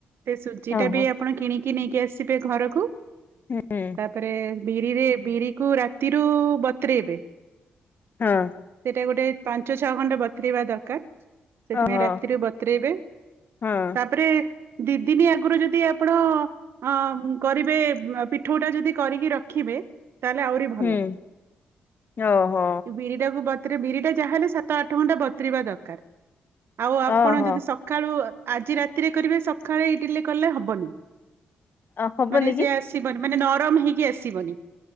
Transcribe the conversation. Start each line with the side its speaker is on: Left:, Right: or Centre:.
Right: ସେ ସୁଜି
Left: ଓହୋ
Right: ଟା ବି ଆପଣ କିଣିକି ନେଇକି ଆସିବେ ଘରକୁ
Left: ହୁଁ
Right: ତାପରେ ବିରିରେ ବିରି କୁ ରାତିରୁ ବତୁରେଇବେ
Left: ହଁ।
Right: ସେଇଟା ଗୋଟେ ପାଞ୍ଚ ଛଅ ଖଣ୍ଟା ବତୁରେଇବା ଦରକାର ସେଥିପାଇଁ
Left: ଓହୋ
Right: ରାତିରୁ ବତରେଇବେ।
Left: ହଁ।
Right: ତାପରେ ଦି ଦିନି ଆଗରୁ ଯଦି ଆପଣ ଅ କରିବେ ପିଠଉ ଟା ଯଦି କରିକି ରଖିବେ ତାହେଲେ ଆଉରି ଭଲ।
Left: ହୁଁ ଓହୋ
Right: ବିରିଟାକୁ ବତରେ ବିରିଟା ଯାହାହେଲେ ସାତ ଆଠ ଘଣ୍ଟା ବତୁରିବା ଦରକାର ଆଉ ଆପଣ
Left: ଓହୋ
Right: ଯଦି ସ ସକାଳୁ ଆଜି ରାତିରେ କରିବେ ସକାଳେ ଇଟିଲି କଲେ ହବନି।
Left: ହବନି
Right: ମାନେ
Left: କି
Right: ସେ ଆସିବନି ମାନେ ନରମ ହେଇକି ଆସିବନି।